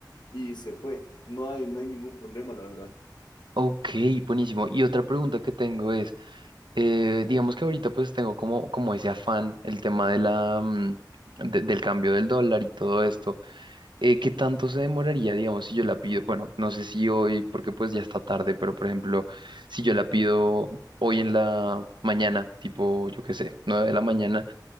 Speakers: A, on the left; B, on the right.
A: y se fue. No hay, no hay ningún problema, la verdad.
B: Ok, buenísimo. Y otra pregunta que tengo es, eh, digamos que ahorita pues tengo como, como ese afán, el tema de la, mm, de- del cambio del dólar y todo esto. Eh, ¿qué tanto se demoraría, digamos, si yo la pido? Bueno, no sé si hoy, porque pues ya está tarde, pero por ejemplo, si yo la pido hoy en la mañana, tipo, yo qué sé, 9 de la mañana,